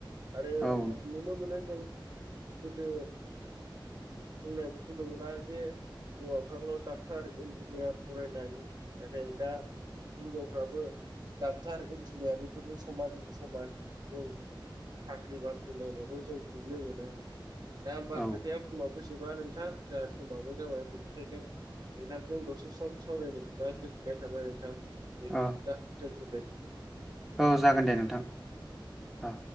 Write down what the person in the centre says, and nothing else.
औ
औ
औ
औ जागोन दे नोंथां औ